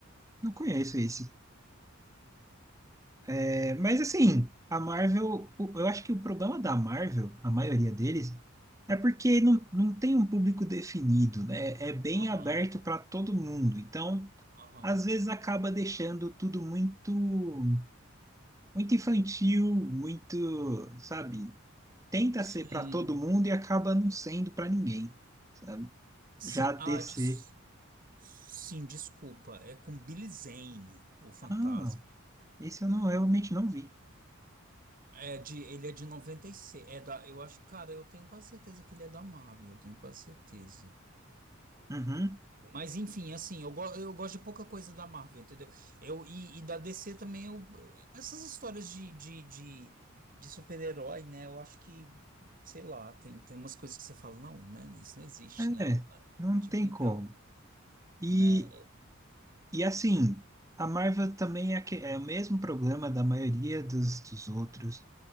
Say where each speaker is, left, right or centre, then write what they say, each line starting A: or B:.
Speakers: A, on the right; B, on the right.
A: não conheço esse. É, mas assim, a Marvel, o- eu acho que o problema da Marvel, a maioria deles, é porque não, não tem um público definido, né? É bem
B: Aham,
A: aberto para todo mundo. Então,
B: aham.
A: às vezes acaba deixando tudo muito, muito infantil, muito, sabe? Tenta ser
B: Hum,
A: para todo mundo e acaba não sendo para ninguém, sabe?
B: Sim,
A: Já DC.
B: ah, des- sim, desculpa. É com Billy Zane, o Fantasma.
A: Ah. Isso eu não, eu realmente não vi.
B: É de, ele é de 96. É da, eu acho, cara, eu tenho quase certeza que ele é da Marvel, eu tenho quase certeza.
A: Uhum.
B: Mas enfim, assim, eu, go- eu gosto de pouca coisa da Marvel, entendeu? Eu, e, e da DC também, eu, essas histórias de, de, de, de super-herói, né? Eu acho que, sei lá, tem, tem umas coisas que você fala, não, né? Isso não existe, né?
A: É,
B: Ou,
A: não
B: tipo,
A: tem
B: então,
A: como. E,
B: né?
A: e assim, a Marvel também é, aque- é o mesmo problema da maioria dos, dos outros.